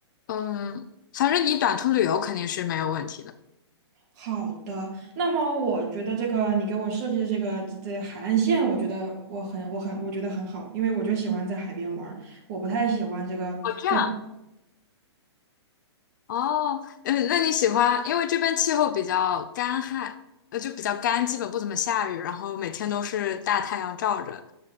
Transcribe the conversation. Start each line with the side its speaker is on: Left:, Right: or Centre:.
Left: 嗯，反正你短途旅游肯定是没有问题的。
Right: 好的，那么我觉得这个你给我设计的这个这这海岸线，我觉得我很我很我觉得很好，因为我就喜欢在海边玩儿，我不太喜欢这个在。
Left: 哦，这样。哦，嗯，那你喜欢，因为这边气候比较干旱，呃，就比较干，基本不怎么下雨，然后每天都是大太阳照着，